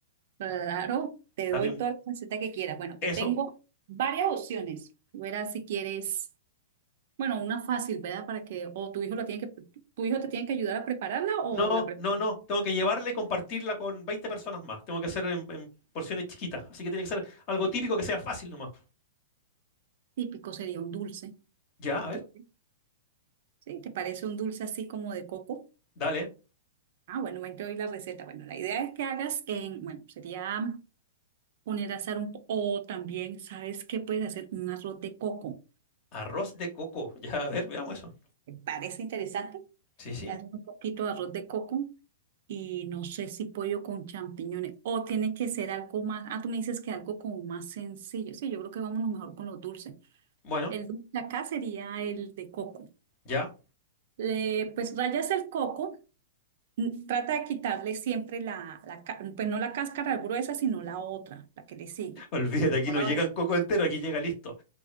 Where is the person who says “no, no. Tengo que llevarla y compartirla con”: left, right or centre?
Left